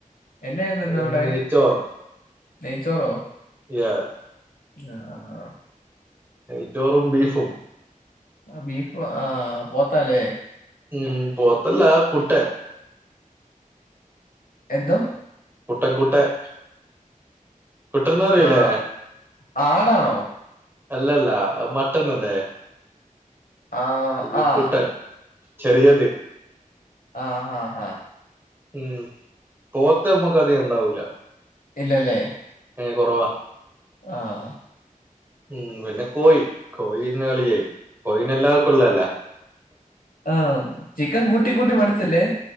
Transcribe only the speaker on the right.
നമുക്ക്
നെയ്ച്ചോറ്
യസ്.
ച്ചോറും, ബീഫും.
ഉം പോത്തല്ല കുട്ടൻ.
കുട്ടൻ, കുട്ടൻ കുട്ടനിന്നുപറയില്ലേ?
അല്ലല്ല മട്ടൻ അല്ലേ?
ഈ
കുട്ടൻ, ചെറിയത്.
ഉം പോത്ത നമ്മുക്ക് അത് ഉണ്ടാവൂല.
ഏ കുറവാ.
ഉം പിന്നെ കോയി കോഴീന്ന്- കളിയായിതു കോഴീന്- എല്ലാവർക്കുംള്ള അല്ലേ.